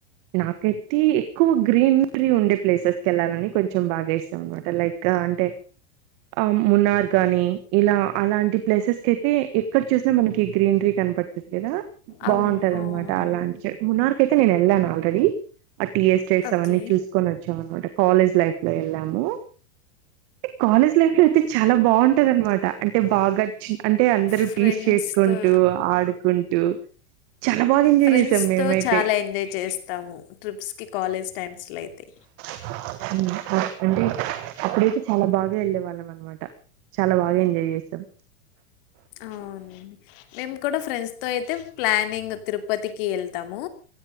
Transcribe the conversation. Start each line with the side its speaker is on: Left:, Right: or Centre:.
Right: నాకైతే ఎక్కువ గ్రీనరీ ఉండే ప్లేసెస్ కెళ్లాలని కొంచెం బాగా ఇష్టాం అనమాట లైక్ అంటే ఆ మున్నార్ గాని ఇలా అలాంటి ప్లేసెస్ కయితే ఎక్కడ చూసినా మనకి గ్రీనరీ కనపడుతుంది. కదా బాగుంటది
Left: అవును అవును
Right: అనమాట అలాంటి చో మునార్ కి అయితే నేను వెళ్ళాను ఆల్రెడీ ఆ టీ ఎస్టేట్స్
Left: ఓకే
Right: అవన్నీ చూసుకొని వచ్చాం అనమాట కాలేజ్ లైఫ్ లో వెళ్ళాము. కాలేజ్ లైఫ్ లో అయితే చాలా బాగుంటది. అనమాట అంటే బాగా చి అంటే అందరు
Left: ఫ్రెండ్స్తో
Right: టీస్ చేసుకుంటూ ఆడుకుంటూ చాలా బాగా ఎంజాయ్
Left: ఫ్రెండ్స్
Right: చేసాం మేమైతే.
Left: తో చాలా ఎంజాయ్ చేస్తాము ట్రిప్స్కి కాలేజ్ టైమ్స్లో అయితే
Right: <unintelligible> అప్పుడైతే చాలా బాగా వెళ్ళే వాళ్ళం అనమాట చాలా బాగా ఎంజాయ్ చేసామ్
Left: అవునండి మేము కూడా ఫ్రెండ్స్ తో అయితే ప్లానింగ్ తిరుపతికి వెళ్తాము.